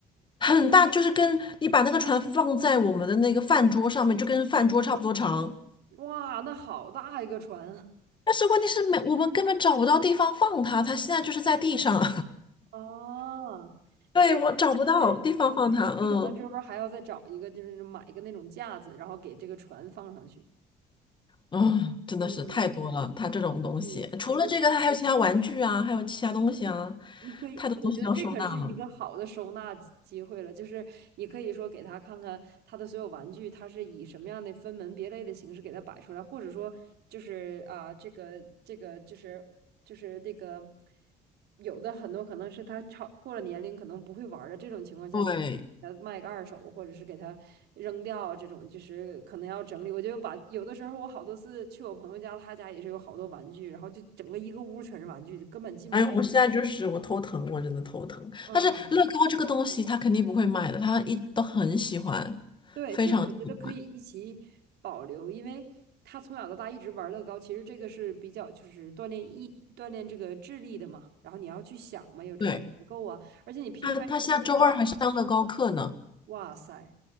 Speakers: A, on the left (about 30°); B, on the right (about 70°).
A: 很大，就是跟你把那个船放在我们的那个饭桌上面，就跟饭桌差不多长。
B: 哇，那好大一个船
A: 但是问题是没，我们根本找不到地方放它，它现在就是在地上，
B: 啊，
A: <laughs> 对，
B: 这个对。
A: 我找不到地方放它，嗯。
B: 你可能专门还要再找一个，就是买一个那种架子，然后给这个船放上去。
A: 啊，真的是太多了，
B: 嗯，
A: 它这种东西，
B: 嗯，
A: 除了这个，
B: 尤其
A: 它还有其他玩具啊，还有其他东西啊，
B: 你可以，
A: 太多东西要收纳了。
B: 我觉得这可是一个好的收纳机机会了，就是你可以说给他看看他的所有玩具，他是以什么样的分门别类的形式给他摆出来，或者说就是啊，这个这个就是就是那个有的很多可能是他超过了年龄，可能不会玩儿的这种情况下，你给他卖个二手，
A: 对，
B: 或者是给他扔掉啊，这种就是可能要整理。我觉得玩有的时候我好多次去我朋友家，他家也是有好多玩具，然后就整个一个屋全是玩具，就根本进不去。
A: 哎呦，我现在就是我头疼，我真的头疼。
B: 嗯。
A: 但是乐高这个东西，他肯定不会卖的，他一都很喜欢，
B: 对，
A: 非常喜欢。
B: 这个我觉得可以一起保留，因为他从小到大一直玩乐高，其实这个是比较就是锻炼意锻炼这个智力的嘛。然后你要去想嘛，有这种结构啊，
A: 对，
B: 而且你拼出来一个之后，
A: 他，他下周二还上乐高课呢。
B: 哇塞，